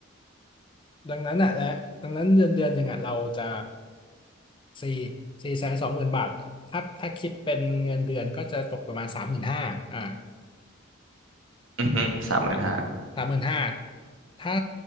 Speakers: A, on the left; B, on the right.
A: ดังนั้นอ่ะและดังนั้นเดือนเดือนหนึ่งอ่ะเราจะสี่สี่แสนสองหมื่นบาทถ้าถ้าคิดเป็นเงินเดือนก็จะตกประมาณสามหมื่นห้าอ่า
B: อือฮึสามหมื่นห้า
A: บสามหมื่นห้าถ้า